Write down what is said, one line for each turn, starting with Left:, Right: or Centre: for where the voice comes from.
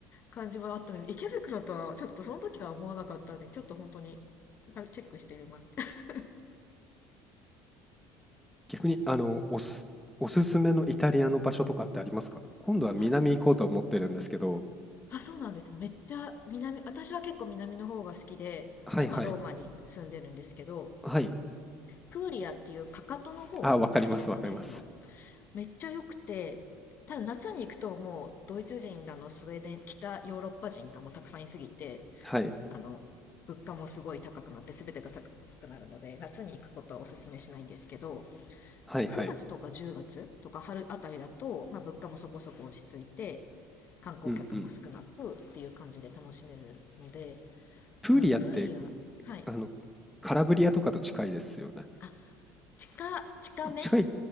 Left: 感じはあったので池袋とはちょっとその時は思わなかったのでちょっと本当にあチェックしてみます <laughs>
Centre: 逆に、あの、おす、おすすめのイタリアの場所とかってありますか今度は南行こうと思ってるんですけど。
Left: ああそうなんですねめっちゃ南私は結構南の方が好きで今ローマに住んでるんですけど
Centre: はいはい。はい。
Left: プーリアっていうかかとの方イタリアの地図の
Centre: あ、わかりますわかります。
Left: めっちゃ良くてただ夏に行くともうドイツ人だのスウェーデン北ヨーロッパ人がもうたくさんいすぎて
Centre: はい。
Left: あの物価もすごい高くなって全てが高くなるので夏に行くことはおすすめしないんですけど
Centre: はいはい。
Left: 9月とか10月とか春あたりだと、まあ、物価もそこそこ落ち着いて観光客も少なくっていう感じで楽しめるので、
Centre: うんうん。プーリアって、
Left: うん、プーリアはい
Centre: あの、カラブリアとかと近いですよね。
Left: あ近近め
Centre: い近い、